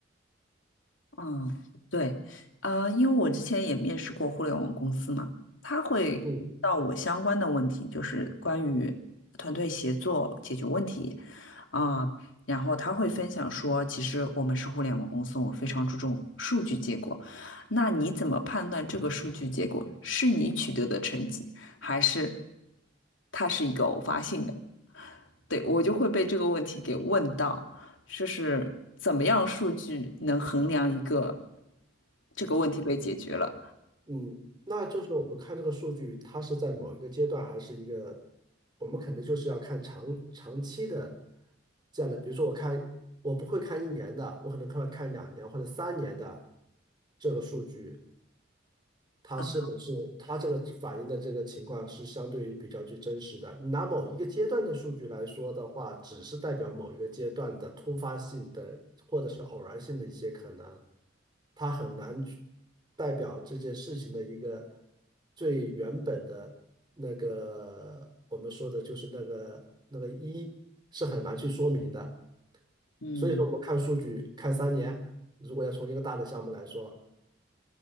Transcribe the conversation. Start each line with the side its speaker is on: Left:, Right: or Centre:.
Left: 嗯，对，啊、因为我之前也面试过互联网公司嘛，他会嗯问到我相关的问题，
Right: 嗯，
Left: 就是关于团队协作解决问题，啊、然后他会分享说，其实我们是互联网公司，我们非常注重数据结果。那你怎么判断这个数据结果是你取得的成绩，还是它是一个偶发性的？对，我就会被这个问题给问到，就是怎么样数据能衡量一个这个问题被解决了
Right: 嗯，那就是我们看这个数据，它是在某一个阶段，还是一个，我们可能就是要看长长期的这样的。比如说，我看我不会看一年的，我可能看看两年或者三年的这个数据，它是不是它这个反映的这个情况是相对于比较具真实的。
Left: 啊？
Right: 你拿某一个阶段的数据来说的话，只是代表某一个阶段的突发性的或者是偶然性的一些可能，它很难去代表这件事情的一个最原本的那个我们说的就是那个那个一是很难去说明的。
Left: 嗯
Right: 所以说，我们看数据看三年，如果要从一个大的项目来说。